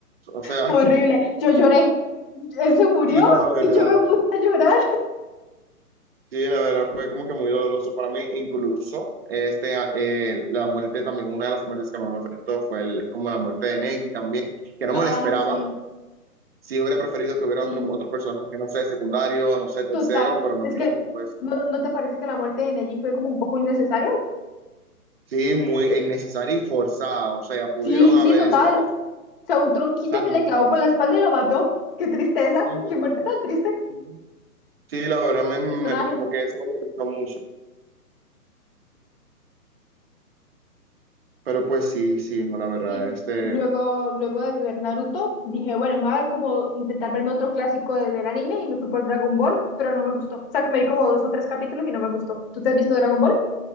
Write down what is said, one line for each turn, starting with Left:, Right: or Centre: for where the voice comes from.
Right: o sea...
Left: Fue horrible. Yo lloré. Él se murió
Right: Sí, la verdad,
Left: y yo me puse a llorar.
Right: sí, la verdad fue como que muy doloroso para mí, incluso este, a- eh, la muerte también, una de las muertes que más me afectó fue el- como la muerte de Neki también, que no
Left: Ah,
Right: me la esperaba,
Left: sí.
Right: sí hubiera preferido que hubiera
Left: Sí,
Right: otro, otro personaje, no sé, secundario, no sé, tercero,
Left: Total,
Right: pero no
Left: es
Right: Neki,
Left: que
Right: pues
Left: ¿no, no te parece que la muerte de Neji fue como un poco innecesaria?
Right: sí, muy innecesario y forzado, o sea, pudieron
Left: Sí,
Right: haber
Left: sí, total.
Right: eso, es-
Left: O sea, un tronquito
Right: o sea,
Left: se
Right: no-
Left: le clavó por la espalda y lo mató. Qué tristeza,
Right: sí,
Left: qué muerte tan triste,
Right: sí, sí, la verdad, me, me-
Left: personaje.
Right: como que eso me molestó mucho, pero pues sí, sí, no, la verdad,
Left: Sí,
Right: este...
Left: luego, luego de ver Naruto, dije, bueno, me voy a ver como intentar verme otro clásico de- del anime y me fui por Dragon Ball, pero no me gustó. O sea, que me vi como dos o tres capítulos y no me gustó. ¿Tú te has visto Dragon Ball?